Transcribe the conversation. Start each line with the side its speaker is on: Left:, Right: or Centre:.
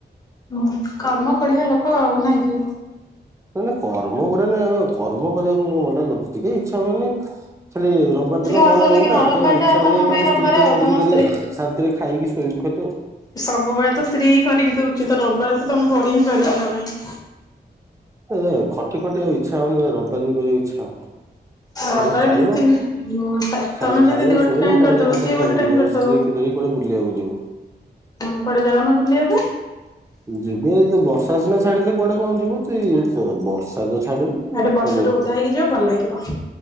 Left: ହୁଁ। କର୍ମ ଖୋଡିଆ ଲୋକ ଆଉ ନାଇଁ କି?
Right: ନା ନା କର୍ମ କରେନି ଆଉ। କର୍ମ କରିବାକୁ ମୁଁ ମନା କରୁଚି ଟିକେ ଇଚ୍ଛା ହୁଏନି ଖାଲି ର ବିବାର
Left: ଟିକେ
Right: ଦିନ
Left: ଅଳସୁଆ
Right: ଘରେ
Left: ଲାଗେ
Right: ରହୁନା।
Left: ହଁ ରବିବାର
Right: ତ ଇଚ୍ଛା
Left: ଟା ତମ
Right: ହୁଏ କେମିତି
Left: ପାଇଁ ରବିବାର
Right: ସ୍ତ୍ରୀ ଟିକେ
Left: ଆଉ
Right: କରିକି
Left: ତମ
Right: ଦେଲେ
Left: ସ୍ତ୍ରୀ
Right: ଶାନ୍ତିରେ ଖାଇକି ଶୋଇବୁ ଖାଲି ଆଉ।
Left: ସବୁବେଳେ ତ ସ୍ତ୍ରୀ ହିଁ କରିକି ଦଉଛି। ତ ରବିବାର ତମେ କରି ହିଁ ପାରିବ ତା ପାଇଁ।
Right: ଏ ଖଟି ଖଟି ଆଉ ଇଚ୍ଛା ହଉନି ରବିବାର ବି କରିବାକୁ ଇଚ୍ଛା ହଉନି। ଖାଲି
Left: ରବିବାର
Right: ଖାଇବ
Left: ବି ତ ତିନି
Right: ଖାଲି
Left: ତମେ ଯଦି
Right: ଖାଇବ
Left: ଗୋଟେ
Right: ଶୋଇବ
Left: ଟାଇମ
Right: ନହେଲେ
Left: କରିଦବ
Right: ତାକୁ
Left: ସିଏ
Right: ଧ
Left: ଗୋଟେ ଟାଇମ
Right: ବ
Left: କରିଦବ।
Right: ସ୍ତ୍ରୀ କି ଧରି କୁଆଡେ ବୁଲିବାକୁ ଯିବ।
Left: ହଁ କୁଆଡେ ଯାଉନ ବୁଲିବା ପାଇଁ?
Right: ଯିବୁ ତ ବର୍ଷା ସିନା ଛାଡିଲେ କୁଆଡେ କଣ ଯିବୁ? ତୁଇ ବର୍ଷାତ ଛାଡୁନି। ତୁ
Left: ତାଠୁ ବର୍ଷାରେ
Right: କରିବୁ
Left: ଓଦା ହେଇକି ଯିବ ଭଲ ଲାଗିବ।